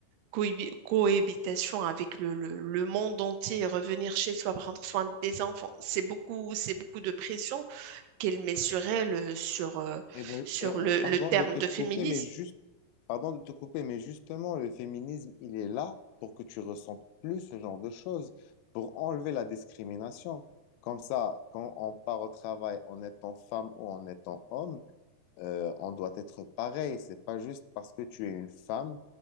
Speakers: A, on the right; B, on the left.
A: coébi- cohabitation avec le, le- le monde entier, revenir chez soi, prendre soin des enfants. C'est beaucoup, c'est beaucoup de pression qu'elle met sur elle, euh, sur, euh,
B: Eh ben,
A: sur
B: eh,
A: le,
B: eh,
A: le
B: pardon
A: terme
B: de te
A: de
B: couper,
A: féminisme.
B: mais juste Pardon de te couper, mais justement, le féminisme, il est là pour que tu ressentes plus ce genre de choses, pour enlever la discrimination. Comme ça, quand on part au travail en étant femme ou en étant homme, euh, on doit être pareil. C'est pas juste parce que tu es une femme